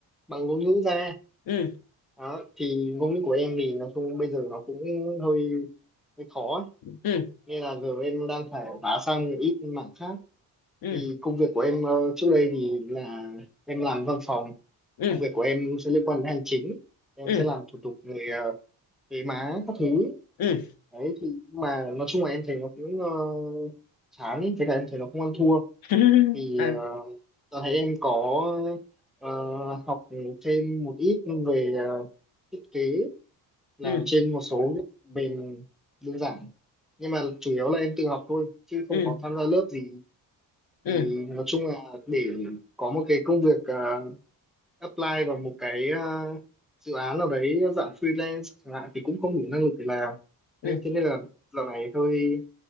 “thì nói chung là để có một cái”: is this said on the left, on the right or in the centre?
Centre